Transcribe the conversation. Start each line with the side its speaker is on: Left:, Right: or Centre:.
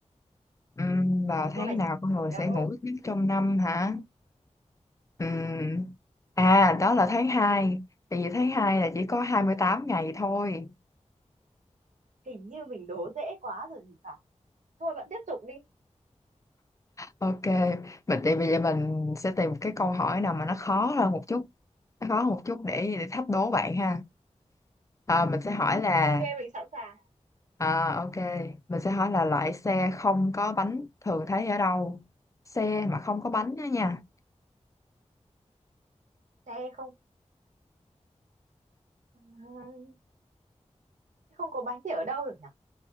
Left: ừm,
Right: Ừm,
Left: Vào tháng
Right: câu này
Left: nào con người sẽ
Right: đâu
Left: ngủ ít nhất trong năm hả Ừm, à đó là tháng hai tại vì tháng 2 là chỉ có 28 ngày thôi
Right: hình như mình đố dễ quá rồi thì phải thôi bạn tiếp tục đi
Left: ok mình thì bây giờ mình sẽ tìm một cái câu hỏi nào mà nó khó hơn một chút nó khó hơn một chút để để thách đố bạn ha à, mình sẽ hỏi là
Right: Ok, mình sẵn sàng.
Left: À ok, mình sẽ hỏi là loại xe không có bánh thường thấy ở đâu? Xe mà không có bánh đó nha.
Right: Xe không à, không có bánh thì ở đâu được nhỉ?